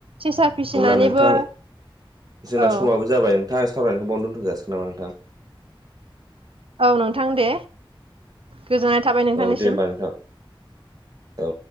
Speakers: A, on the right; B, on the right.
A: सेसा फिसिनानैबो
B: अब्ला नोंथां जोंना
A: औ
B: समाबो जाबाय नोंथां सावरायनायखौ बावनो दोनथ'जासिगोन नामा नोंथां।
A: औ नोंथां दे गोजोननाय थाबाय नोंथांनिसिम।
B: औ दे होमबा नोंथां औ